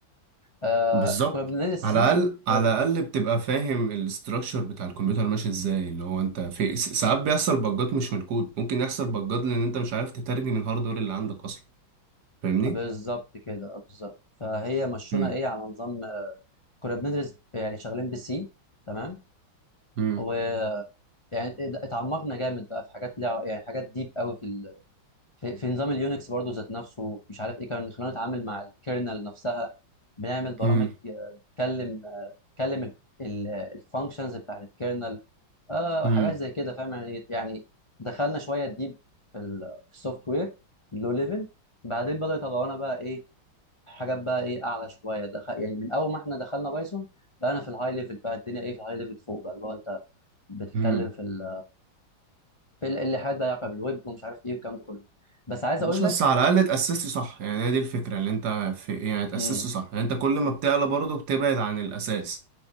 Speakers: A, on the left; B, on the right.
A: آه
B: بالظبط
A: كنا بننزل السي
B: على الاقل على
A: كنا بن...
B: الاقل بتبقى فاهم الاستراكشر بتاع الكمبيوتر ماشي ازاي اللي هو انت في س- ساعات بيحصل بجات مش من الكود ممكن يحصل بجات لان انت مش عارف تترجم الهاردوير اللي عندك اصلا فاهمني
A: <clears throat> بالظبط كده بالظبط فهي مشونا
B: مم.
A: ايه على نظام آه، كنا بندرس يعني شغالين بسي تمام
B: مم.
A: ويعني اتعمقنا جامد بقى في حاجات ليها يعني حاجات ديب قوي في ال... في, في نظام اليونكس برضو ذات نفسه مش عارف ايه كان خلانا نتعامل مع الكيرنل نفسها بنعمل برامج
B: مم.
A: آه، بتكلم آه، بتكلم الفانكشنز بتاعت الكيرنل آه
B: مم.
A: حاجات زي كده فاهم يعني يعني دخلنا شويه ديب في السوفت وير لو ليفل بعدين بدأوا يطلعونا بقى ايه حاجات بقى ايه اعلى شويه دخ... يعني من اول ما احنا دخلنا بايثون بقى انا في الهاي ليفل بقى الدنيا ايه في الهاي ليفل فوق بقى اللي هو انت بتتكلم
B: مم.
A: في ال... في ال- اللي حاجات بقى يعقب بالويب ومش عارف ايه والكلام ده كله بس عايز
B: مش
A: اقول
B: بس
A: لك
B: على الاقل اتاسست صح يعني هي دي الفكره اللي انت في يعني اتاسست
A: امم
B: صح يعني انت كل ما بتعلى برضه بتبعد عن الاساس